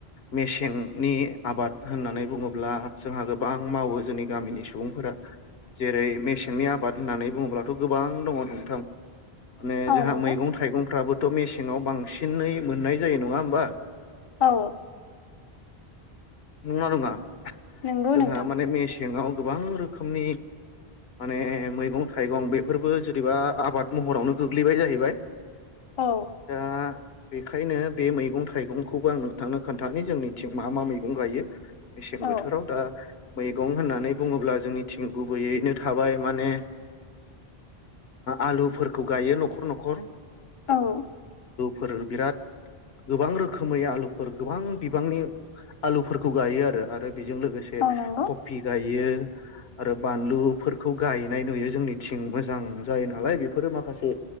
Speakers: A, on the left (about 70°); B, on the left (about 35°).
A: मेसेंनि आबाद होननानै बुङोब्ला जोंहा गोबां मावो जोंनि गामिनि सुबुंफोरा जेरै मेसेंनि आबाद होननानै बुङोब्लाथ' गोबां दङ नोंथां माने
B: औ
A: जोंहा
B: नंगौ
A: मैगं थाइगंफ्राबोथ' मेसेङाव बांसिनै मोननाय जायो नङा होमबा
B: औ
A: नंना नङा
B: नंगौ
A: जोंहा
B: नोंथां
A: माने मेसेङाव गोबां रोखोमनि माने मैगं थाइगं बेफोरबो जुदिबा आबाद महरावनो गोग्लैबाय जाहैबाय
B: औ
A: दा बेखायनो बे मैगं थाइगंखौबो आं नोंथांनो खोन्थानि जोंनिथिं मा मा मैगं गायो मेसें
B: औ
A: बोथोराव दा मैगं होननानै बुङोब्ला जोंनिथिं गुबैयैनो थाबाय माने आलुफोरखौ गायो न'खर न'खर
B: औ
A: फोर बिराद गोबां रोखोमै आलुफोर गोबां बिबांनि आलुफोरखौ गायो आरो आरो बेजों लोगोसे
B: औ नंगौ
A: कफि गायो आरो बानलुफोरखौ गायनाय नुयो जोंनिथिं मोजां जायो नालाय बेफोरो माखासे